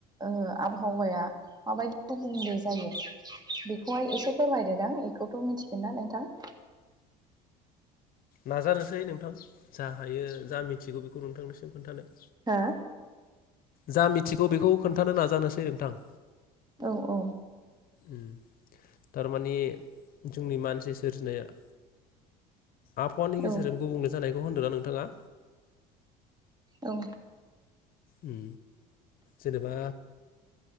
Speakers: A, on the right; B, on the left.
A: ओ आबहावाया माबायदि गुबुंले जायो बेखौहाय एसे फोरमायदोदां एखौथ' मिथिगोनना नोंथां?
B: नाजानोसै नोंथां जाहायो जा मिथिगौ बेखौ नोंथांनिसिम खोन्थानो।
A: हो
B: जा मिथिगौ बेखौ खोन्थानो नाजानोसै नोंथां।
A: औ औ।
B: उम थारमानि जोंनि मानसि सोरजिनाया आबहावानि गेजेरजों
A: औ
B: गुबुंले जानायखौ होनदोंना नोंथाङा?
A: औ।
B: उम जेनेबा